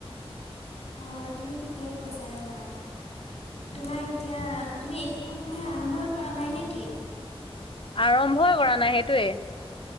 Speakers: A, on the left; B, on the left.
A: অঁ তুমি ঠিকেই কৈছা ৰ'বা তোমাৰ এতিয়া তুমি একো তুমি আৰম্ভই কৰা নাই নেকি?
B: আৰম্ভই কৰা নাই সেইটোৱে,